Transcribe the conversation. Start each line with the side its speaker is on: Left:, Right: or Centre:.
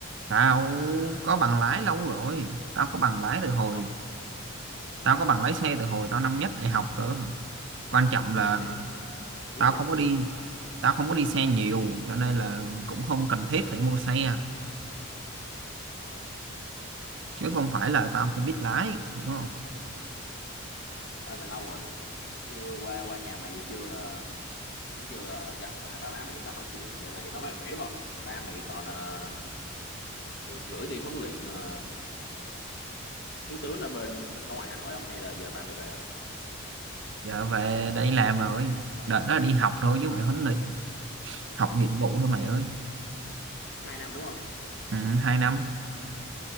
Right: tao có bằng lái lâu rồi tao có bằng lái từ hồi
Left: ủa
Right: tao có bằng lái xe từ hồi tao năm nhất đại học cơ quan trọng
Left: Ê,
Right: là
Left: cái này là không biết
Right: tao
Left: luôn
Right: không
Left: á
Right: có đi tao không có đi xe nhiều cho nên là cũng không cần thiết phải mua xe
Left: ờ,
Right: chứ không phải là
Left: còn
Right: tao không biết lái hiểu không
Left: ơi mà lâu rồi chưa qua qua nhà mày chưa ờ, tao đúng chưa ờ, gặp lại ba má mày tao hỏi chuyện dạo này ba má mày khỏe đúng không ba mày còn ờ, được gửi đi huấn luyện ờ, thiếu tướng ở bên ở ngoài Hà Nội không hay là giờ ba mày về rồi
Right: giờ về đây làm rồi đợt đó đi học thôi chứ mày huấn luyện học
Left: học
Right: nghiệp vụ
Left: hả?
Right: thôi mày ơi
Left: cũng hai năm đúng không
Right: ừ, hai năm